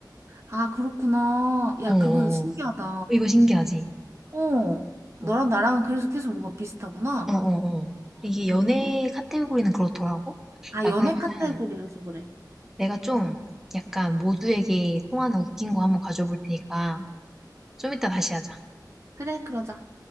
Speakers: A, on the right; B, in the centre.
A: 아 그렇구나. 야,
B: 어, 어.
A: 그거 신기하다.
B: 이거 신기하지?
A: 어, 너랑
B: 어,
A: 나랑 그래서 계속 뭔가 비슷하구나.
B: 어, 어. 어. 이게 연애
A: 응?
B: 카테고리는 그렇더라고?
A: 아,
B: 야,
A: 연애
B: 그러면은
A: 카테고리라서 그래.
B: 내가 좀 약간 모두에게 통하는 웃긴 거 한번 가져볼 테니까 좀 이따 다시 하자.
A: 그래, 그러자.